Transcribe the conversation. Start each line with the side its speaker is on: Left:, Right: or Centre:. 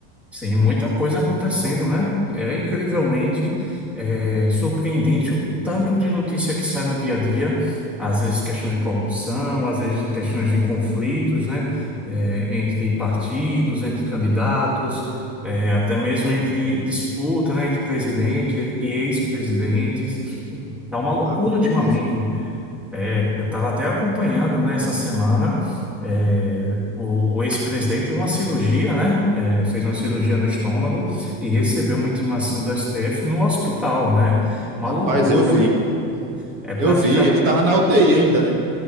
Centre: sim, muita coisa acontecendo, né? É incrivelmente é, surpreendente o tanto de notícia que sai no dia a dia, às vezes questões de corrupção, às vezes de questões de conflitos, né? É, entre partidos, entre candidatos, é, até mesmo entre disputa, né? Entre presidente e ex-presidentes. Tá uma loucura
Right: Ah, com certeza.
Centre: ultimamente. É, eu estava até acompanhando, né, essa semana, é, o, o ex-presidente teve uma cirurgia, né, é, fez uma cirurgia no estômago e recebeu uma intimação do STF no hospital, né, uma
Right: Rapaz,
Centre: loucura,
Right: eu vi,
Centre: <laughs> é praticamente,
Right: eu vi, ele tava na UTI ainda, né?